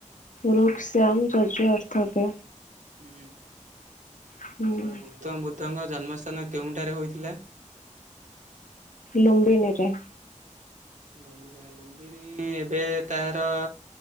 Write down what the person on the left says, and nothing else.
ରୁକ୍ ସମ ଜଜ ଅର୍ଥବ୍ୟ।
ହୁଁ
ଲୁମ୍ବିନିରେ।